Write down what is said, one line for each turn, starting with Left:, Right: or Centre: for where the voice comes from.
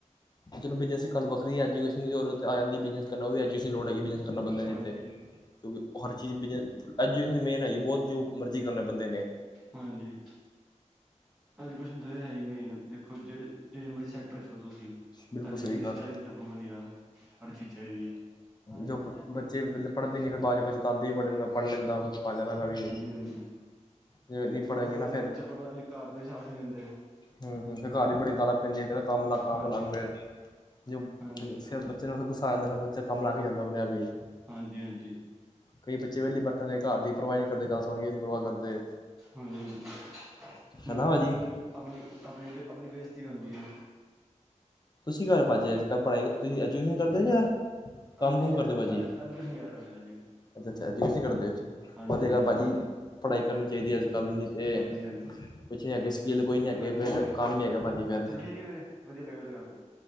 Left: ਚਲੋ ਬਿਜਨਸ ਦੀ ਗੱਲ ਵੱਖਰੀ ਹੈ ਐਜੂਕੇਸ਼ਨ ਦੀ ਆ ਜਾਂਦੀ। ਬਿਜਨਸ ਉਹ ਵੀ ਐਜੂਕੇਸ਼ਨ ਲੋੜ ਹੈਗੀ ਬਜ਼ਨ ਕਰ ਬਦੇ ਜਿੱਥੇ
Centre: ਹਾਂਜੀ
Left: ਕਿਉਂਕਿ ਹਰ ਚੀਜ਼ ਬਿਜਨਸ। ਐਜੂਕੇਸ਼ਨ ਮੇਨ ਹੈਗੀ ਬਹੁਤ ਜੋ ਮਰਜ਼ੀ ਕਰਨਾ ਬੰਦੇ ਨੇ।
Centre: ਹਾਂਜੀ, ਐਜੂਕੇਸ਼ਨ ਤਾਂ ਹੈ ਮੇਨ ਦੇਖੋ ਜਿਹੇ ਜਿੜੇ ਮਰਜੀ। ਬੈਟਰ ਚੱਲੋ ਤੁਸੀਂ
Left: ਬਿਲਕੁਲ
Centre: ਤੁਹਾਡੀ
Left: ਸਹੀ
Centre: ਇੰਗਲਿਸ਼
Left: ਗੱਲ
Centre: ਚਾਹੀਦੀ ਤੁਹਾਨੂੰ ਵਧੀਆ ਹਰ ਚੀਜ਼ ਚਾਹੀਦੀ। ਹਾਂਜੀ
Left: ਜੋ ਬੱਚੇ ਪਹਿਲੇ ਪੜ੍ਹਦੇ ਨਹੀਂ ਫਿਰ ਬਾਅਦ 'ਚ ਪਛਤਾਉਂਦੇ ਵੀ ਬੜੇ ਨੇ ਮੈਂ ਪੜ੍ਹ ਲੈਂਦਾ ਕੁਛ ਪਾ ਲੈਂਦਾ ਮੈਂ ਵੀ
Centre: ਹਾਂਜੀ।
Left: ਜੇ ਨਹੀਂ ਪੜ੍ਹੇਂਗੇ
Centre: ਦੇਖੋ ਫਿਰ
Left: ਨਾ
Centre: ਜਦੋਂ ਬੱਚਾ ਪੜ੍ਹਦਾ ਨੀ ਘਰ ਦੇ ਵੀ ਸਾਥ ਨਹੀ ਦਿੰਦੇ।
Left: ਹਮ- ਹਮ ਫਿਰ ਘਰ ਵੀ, ਬੜੀ ਗੱਲਾਂ ਪੈਂਦੀ ਆ ਕਹਿੰਦੇ, ਕੰਮ ਲੱਗ- ਕੰਮ
Centre: ਹਾਂਜੀ
Left: ਲੱਗ
Centre: ਹਾਂਜੀ
Left: ਫੇਰ ਜਦੋਂ
Centre: ਹਾਂਜੀ
Left: ਫਿਰ ਗੁੱਸਾ ਆ ਜਾਂਦਾ ਫਿਰ ਬੱਚਾ ਕੰਮ ਲੱਗ ਹੀ ਜਾਂਦਾ ਆਪਣੇ ਆਪ ਹੀ।
Centre: ਹਾਂਜੀ- ਹਾਂਜੀ।
Left: ਕਈ ਬੱਚੇ ਵੇਹਲੇ ਬੈਠਣ ਦੇ ਘਰ ਦੀ ਪਰਵਾਹ ਨਹੀਂ ਕਰਦੇ, ਗੱਲ ਸੁਣ ਕੇ ਨੀ ਪਰਵਾਹ ਕਰਦੇ।
Centre: ਹਾਂਜੀ-ਹਾਂਜੀ ਨਾਲੇ
Left: ਹਨਾ ਭਾਜੀ।
Centre: ਫਿਰ ਵੀਰ ਆਪਣੀ-ਆਪਣੀ-ਆਪਣੀ- ਆਪਣੀ ਬੇ ਦਿੱਤੀ ਹੁੰਦੀ ਐ।
Left: ਤੁਸੀਂ ਕਰ ਪਾ ਜੇ ਅੱਜ- ਕੱਲ ਪੜ੍ਹਾਈ, ਤੁਸੀਂ ਐਜੂਕੇਸ਼ਨ ਕਰਦੇ ਜਾਂ ਕੰਮ
Centre: ਹਾਂਜੀ
Left: ਕੁੰਮ
Centre: ਹਾਂਜੀ
Left: ਕਰਦੇ ਹੋ ਭਾਜੀ।
Centre: ਐਜੂਕੇਸ਼ਨ ਕਰ ਰਿਹਾ। ਮੇਰਾ ਐਜੂਕੇਸ਼ਨ
Left: ਅੱਛਾ-ਅੱਛਾ ਐਜੂਕੇਸ਼ਨ ਕਰਦੇ ਅੱਛਾ,
Centre: ਹਾਂਜੀ ਹਾਂਜੀ
Left: ਭਾਜੀ ਪੜ੍ਹਾਈ ਕਰਨੀ ਚਾਹੀਦੀ ਐ, ਅੱਜ ਗੱਲ ਨਹੀਂ ਤੇ
Centre: ਹਾਂਜੀ ਹਾਂਜੀ
Left: ਕੁਛ ਨੀ ਅੱਗੇ, ਸਕਿੱਲ ਕੋਈ ਨਹੀਂ ਅੱਗੇ
Centre: ਹਾਂਜੀ
Left: ਫਿਰ, ਕੰਮ ਨੀ ਹੈਗਾ ਭਾਜੀ
Centre: ਹਾਂਜੀ
Left: ਫੇਰ।
Centre: ਚਲੋ ਠੀਕ ਐ ਵੀਰੇ। ਵਧੀਆ ਲੱਗਾ, ਥੋਡੇ ਨਾਲ ਗੱਲ ਕਰਕੇ।